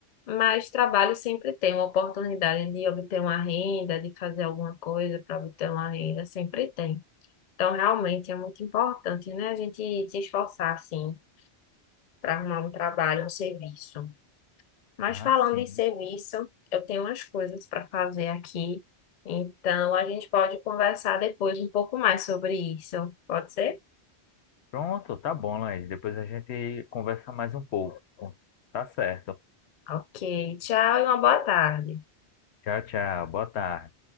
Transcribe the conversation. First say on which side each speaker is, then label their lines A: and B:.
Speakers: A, on the left (about 50°); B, on the left (about 75°).
A: Mas trabalho sempre tem uma oportunidade de obter uma renda, de fazer alguma coisa para obter uma renda, sempre tem. Então, realmente é muito importante, né? A gente se esforçar, assim, para arrumar um trabalho, um serviço. Mas
B: ah,
A: falando
B: sim.
A: em serviço, eu tenho umas coisas para fazer aqui. Então, a gente pode conversar depois um pouco mais sobre isso. Pode ser?
B: Pronto, tá bom, Laís. Depois a gente conversa mais um pouco. Tá certo.
A: Ok. Tchau e uma boa tarde.
B: Tchau, tchau. Boa tarde.